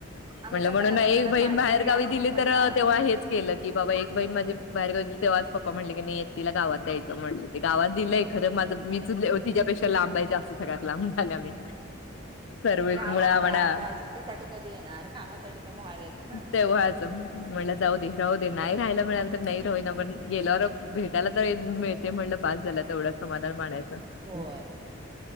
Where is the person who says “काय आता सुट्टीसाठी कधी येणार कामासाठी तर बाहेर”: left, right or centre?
Right